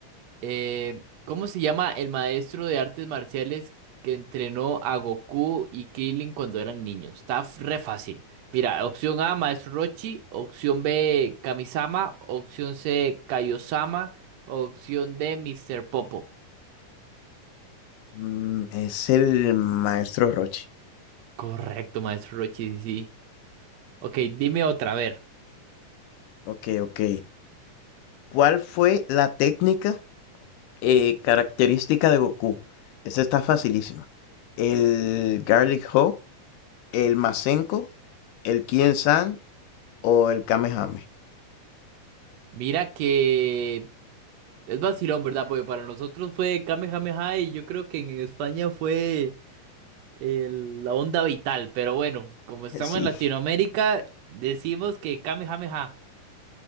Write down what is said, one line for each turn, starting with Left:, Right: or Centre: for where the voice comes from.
Right: Eh, ¿cómo se llama el maestro de artes marciales que entrenó a Goku y Krillin cuando eran niños? Está f- re fácil. Mira, opción A, Maestro Rochi, opción B, Kamisama, opción C, Kaiosama, opción D, Mr. Popo.
Left: Mm, es el maestro Roshi.
Right: Correcto, Maestro Rochi, sí. sí. Ok, dime otra, a ver.
Left: Ok, ok. ¿Cuál fue la técnica eh, característica de Goku? Esa está facilísima. ¿El Garlic Ho, el Masenko, el Kien San o el Kamehame?
Right: Mira que es vacilón, ¿verdad? Porque para nosotros fue Kamehameha y yo creo que en España fue el- la onda vital, pero bueno, como estamos
Left: <laughs> Sí,
Right: en Latinoamérica, decimos que Kamehameha.